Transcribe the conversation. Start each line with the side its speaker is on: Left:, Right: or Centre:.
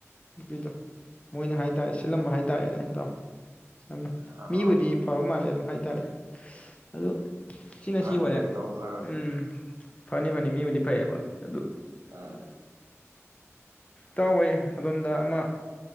Left: ꯅꯨꯄꯤꯗꯣ ꯃꯣꯏꯅ ꯍꯥꯏ ꯇꯥꯔꯦ ꯁꯤꯜꯂꯝꯕ ꯍꯥꯏ ꯇꯥꯔꯦꯅꯦ ꯏꯇꯥꯎ ꯁꯝꯅ
Right: ꯑꯥ
Left: ꯃꯤꯕꯨꯗꯤ ꯐꯕ ꯃꯥꯜꯂꯦ ꯑꯗꯨꯝ ꯍꯥꯏ ꯇꯔꯦ ꯑꯗꯨ ꯁꯤꯅ
Right: ꯐꯅꯤꯗ
Left: ꯁꯤ ꯑꯣꯏꯔꯦ
Right: ꯀꯩꯗꯧꯕ ꯐꯔꯣꯏꯗꯤ
Left: ꯎꯝ ꯐꯅꯤ ꯐꯅꯤ ꯃꯤꯕꯨꯗꯤ ꯐꯩꯑꯦꯕ ꯑꯗꯨ
Right: ꯑꯥ
Left: ꯇꯧꯋꯦ ꯑꯗꯣꯝꯗ ꯑꯃ